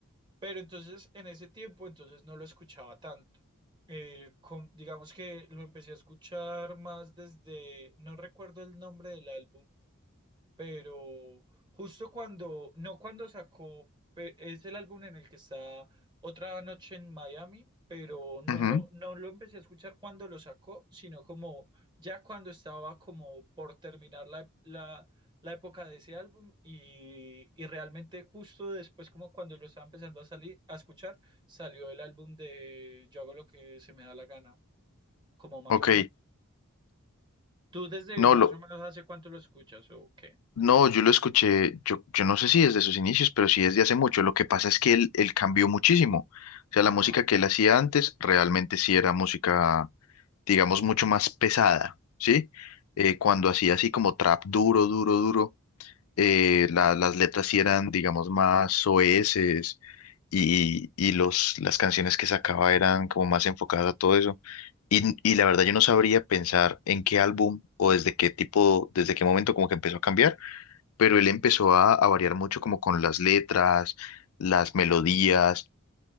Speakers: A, on the right; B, on the left.
A: pero entonces en ese tiempo entonces no lo escuchaba tanto. Eh, con- digamos que lo empecé a escuchar más desde, no recuerdo el nombre del álbum pero justo cuando, no cuando sacó, pe- es el álbum en el que está Otra Noche en Miami, pero no
B: ujú.
A: lo, no lo empecé a escuchar cuando lo sacó, sino como ya cuando estaba como por terminar la, la, la época de ese álbum y, y realmente justo después como cuando lo estaba empezando a salir, a escuchar, salió el álbum de Yo hago lo que se me da la gana, como más
B: Ok,
A: o menos. ¿Tú desde
B: no,
A: más
B: lo,
A: o menos hace cuánto lo escuchas o qué?
B: no, yo lo escuché, yo, yo no sé si desde sus inicios, pero sí desde hace mucho. Lo que pasa es que él, él cambió muchísimo. O sea,
A: Ajá.
B: la música que él hacía antes realmente sí era música, digamos, mucho más pesada, ¿sí? Eh, cuando hacía así como trap duro, duro, duro. eh, la- las letras sí eran, digamos, más soeces y, y los, las canciones que sacaba eran como más enfocadas a todo eso. Y, y la verdad yo no sabría pensar en qué álbum o desde qué tipo, desde qué momento como que empezó a cambiar, pero él empezó a, a variar mucho como con las letras, las melodías